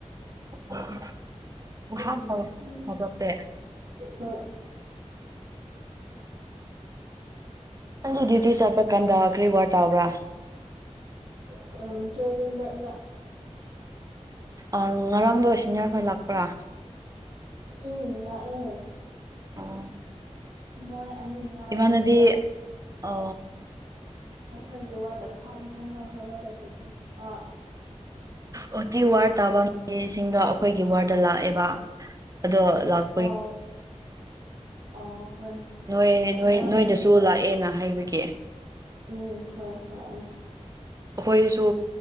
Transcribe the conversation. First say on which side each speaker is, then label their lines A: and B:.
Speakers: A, on the right (about 30°); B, on the right (about 65°).
A: <unintelligible>
B: ꯑꯗꯨꯕꯨ
A: ꯁꯨꯡꯍꯥꯞ ꯍꯥꯞ
B: ꯈꯪꯗꯦ
A: ꯍꯥꯞꯔꯛꯇꯦ
B: ꯍꯣꯏ
A: ꯅꯗꯤꯪ ꯗ꯭ꯨꯌꯇꯤ ꯆꯠꯄ ꯀꯥꯟꯑ ꯀ꯭ꯔꯤ ꯋꯥꯔ ꯇꯧꯕ꯭ꯔꯥ
B: <unintelligible>
A: ꯑꯣ ꯉꯔꯥꯡꯗꯣ
B: ꯅꯪ
A: ꯁꯤꯅꯦꯔꯈꯣꯏ ꯂꯥꯛꯄ꯭ꯔꯥ
B: ꯎꯝ ꯂꯥꯛꯑꯦ
A: ꯑꯥ
B: ꯃꯣꯏ ꯑꯅꯤ ꯂꯥꯛꯑꯦ
A: ꯏꯃꯥꯟꯅꯕꯤ
B: ꯑꯗꯨꯒ
A: ꯑ
B: ꯃꯊꯛꯒꯤ ꯋꯥꯗ ꯐꯝ <unintelligible>
A: ꯑꯣꯇꯤ ꯋꯥꯔ ꯇꯥꯕ ꯃꯤꯁꯤꯡꯗꯣ ꯑꯩꯈꯣꯏꯒꯤ ꯋꯥꯔꯗ ꯂꯥꯛꯑꯦꯕ ꯑꯗꯣ ꯂꯥꯛ
B: ꯑꯥ ꯑꯣ ꯍꯣꯏ
A: ꯅꯣꯏ ꯅꯣꯏ
B: ꯉꯔꯥꯡ
A: ꯅꯣꯏꯗꯁꯨ
B: ꯂꯥꯛꯑꯦ
A: ꯂꯥꯛꯑꯦꯅ ꯍꯥꯏꯕꯒꯤ
B: ꯎꯝ ꯍꯣꯏ ꯂꯥꯛꯑꯦ
A: ꯑꯩꯈꯣꯏꯁꯨ